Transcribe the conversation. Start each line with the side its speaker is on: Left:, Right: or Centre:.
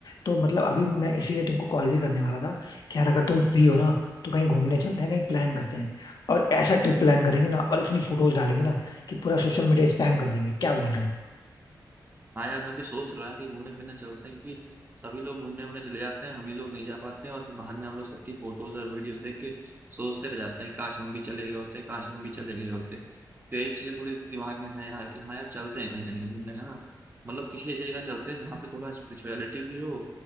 Left: तो मतलब अभी मैं इसीलिए तुमको कॉल भी करने वाला था कि यार अगर तुम फ्री हो ना तो कहीं घूमने चलते हैं कहीं प्लान करते हैं और ऐसा ट्रिप प्लान करेंगे ना और इतनी फोटोज डालेंगे ना कि पूरा सोशल मीडिया स्पैम कर देंगे क्या बोल रहे हो
Right: हाँ यार मैं भी सोच रहा कि घूमने फिरने चलते हैं क्योंकि सभी लोग घूमने वूमने चले जाते हैं हम ही लोग नहीं जा पाते हैं और फिर बाद में हम लोग सबकी फोटोज और वीडियोस देख के सोचते रह जाते हैं काश हम भी चले गए होते काश हम भी चले गए होते तो यही चीजें थोड़ी दिमाग में है यार कि हाँ यार चलते हैं कहीं ना कहीं घूमने है ना मतलब किसी ऐसी जगह चलते हैं जहाँ पे थोड़ा स्पिरिचुअलिटी भी हो